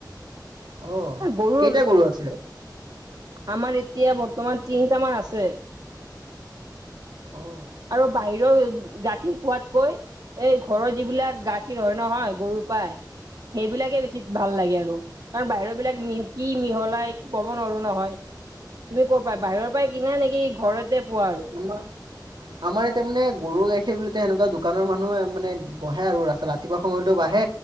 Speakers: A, on the right; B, on the right.
A: অ',
B: গৰু
A: কেইটা আছে?
B: আমাৰ এতিয়া বৰ্তমান তিনিটামান আছে।
A: অ',
B: আৰু বাহিৰৰ গাখীৰ খোৱাতকৈ এই ঘৰৰ যিবিলাক গাখীৰ হয় নহয় গৰু পাই সেইবিলাকে বেছি ভাল লাগে আৰু। কাৰণ বাহিৰৰ বিলাক মিহ কি মিহলাই ক'ব নোৱাৰো নহয়। তুমি ক'ত পাই বাহিৰৰ পৰাই কিনা নেকি ঘৰতে পোৱা? আৰু
A: উ <unintelligible> আমাৰ এতিয়া মানে গৰু গাখীৰ বুলিতে সেনেকুৱা দোকানৰ মানুহে মানে বহে আৰু, ৰাস্তা ৰাতিপুৱা সময়তো বহে